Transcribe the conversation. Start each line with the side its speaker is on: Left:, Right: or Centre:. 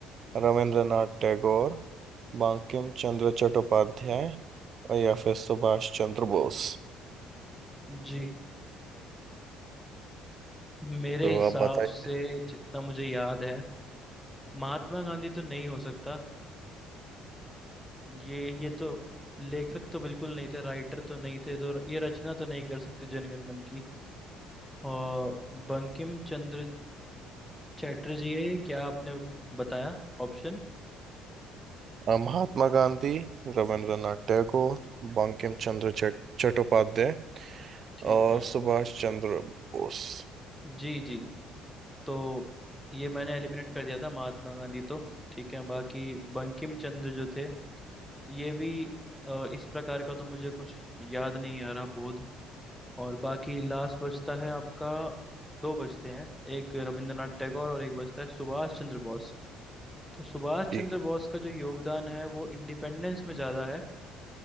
Right: रविंद्रनाथ टैगोर बंकिम चंद्र चट्टोपाध्याय या फिर सुभाष चंद्र बोस
Centre: जी मेरे
Right: तो
Centre: हिसाब
Right: आप बताइए
Centre: से जितना मुझे याद है महात्मा गांधी तो नहीं हो सकता ये ये तो लेखक तो बिल्कुल नहीं थे राइटर तो नहीं थे तो ये रचना तो नहीं कर सकते जनगण मन की और बंकिम चंद्र चैटर्जी है ये क्या आपने बताया ऑप्शन
Right: अ, महात्मा गांधी रविंद्रनाथ टैगोर बंकिम चंद्र चट, चट्टोपाध्याय
Centre: ठीक
Right: और
Centre: है
Right: सुभाष चंद्र बोस
Centre: जी जी तो ये मैंने एलिमिनेट कर दिया था महात्मा गांधी तो ठीक है बाकी बंकिम चंद्र जो थे ये भी अ, इस प्रकार का तो मुझे कुछ याद नहीं आ रहा बोध और बाकी लास्ट बचता है आपका दो बचते हैं एक रविंद्रनाथ टैगोर और एक बचता है सुभाष चंद्र बोस तो सुभाष
Right: जी
Centre: चंद्र बोस का जो योगदान है वो इंडिपेंडेंस में ज़्यादा है